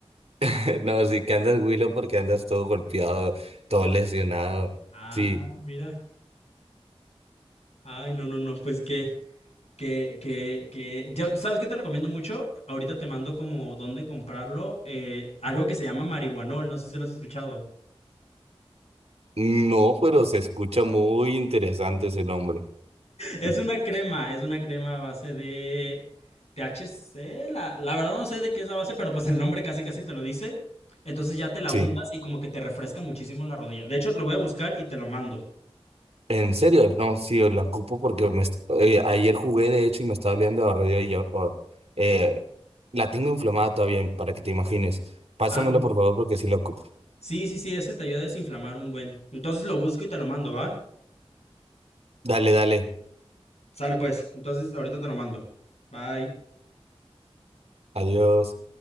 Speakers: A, on the right; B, on the left.
A: <laughs> no, sí que andas huilo porque andas todo golpeado, todo lesionado,
B: Ah,
A: sí.
B: mira. Ay, no, no, no, pues que, que, que, que, yo, ¿sabes qué te recomiendo mucho? Ahorita te mando como dónde comprarlo, eh, algo que se llama marihuanol, no sé si lo has escuchado.
A: No, pero se escucha muy interesante ese nombre,
B: Es
A: <laughs>
B: una crema, es una crema a base de THC. La, la verdad no sé de qué es la base, pero pues el nombre casi casi te lo dice. Entonces ya te la
A: sí.
B: untas y como que te refresca muchísimo la rodilla. De hecho, lo voy a buscar y te lo mando.
A: En serio, no, sí, la ocupo porque me est- eh, ayer jugué de hecho y me estaba oliendo a radio y yo oh, eh, la tengo inflamada todavía para que te imagines. Pásamelo
B: Ah,
A: por favor porque sí la ocupo.
B: sí, sí, sí, ese te ayuda a desinflamar un buen. Entonces lo busco y te lo mando, ¿va?
A: Dale, dale.
B: Sale pues. Entonces ahorita te lo mando. Bye.
A: Adiós.